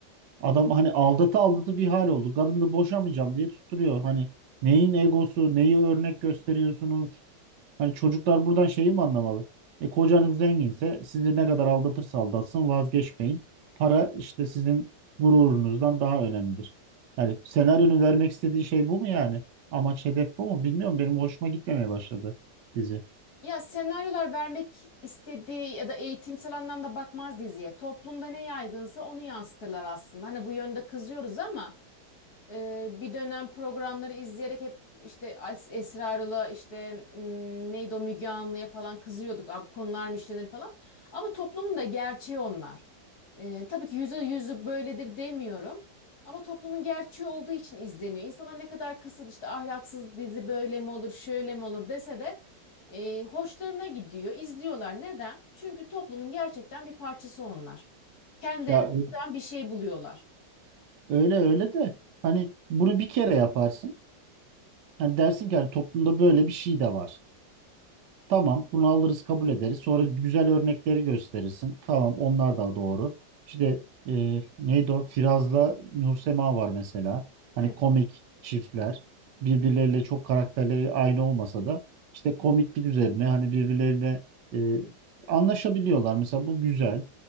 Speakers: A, on the right; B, on the left.
A: Adam hani aldatı aldatı bir hal oldu. Kadın da boşamayacağım diye tutturuyor. Hani neyin egosu, neyi örnek gösteriyorsunuz? Hani çocuklar buradan şeyi mi anlamalı? E kocanız zenginse sizi ne kadar aldatırsa aldatsın vazgeçmeyin. Para işte sizin gururunuzdan daha önemlidir. Yani senaryonun vermek istediği şey bu mu yani? Amaç hedef bu mu? Bilmiyorum benim hoşuma gitmemeye başladı dizi.
B: Ya senaryolar vermek istediği ya da eğitimsel anlamda bakmaz diziye. Toplumda ne yaygınsa onu yansıtırlar aslında. Hani bu yönde kızıyoruz ama Ee, bir dönem programları izleyerek hep işte Es- Esra işte m, neydi o Müge Anlı'ya falan kızıyorduk. Abi konular mı işlenir falan. Ama toplumun da gerçeği onlar. Ee, tabii ki yüzde yüzü böyledir demiyorum. Ama toplumun gerçeği olduğu için izleniyor. İnsanlar ne kadar kısıt işte ahlaksız dizi böyle mi olur şöyle mi olur dese de e, hoşlarına gidiyor. izliyorlar. Neden? Çünkü toplumun gerçekten bir parçası onlar. Kendilerini
A: Ya ö-
B: Buradan bir şey buluyorlar.
A: öyle öyle de hani bunu bir kere yaparsın. Hani dersin ki hani toplumda böyle bir şey de var. Tamam, bunu alırız, kabul ederiz. Sonra güzel örnekleri gösterirsin. Tamam, onlar da doğru. İşte e, neydi o? Firaz'la Nursema var mesela. Hani
B: Evet.
A: komik çiftler. Birbirleriyle çok karakterleri aynı olmasa da işte komiklik üzerine hani birbirlerine e, anlaşabiliyorlar. Mesela bu güzel.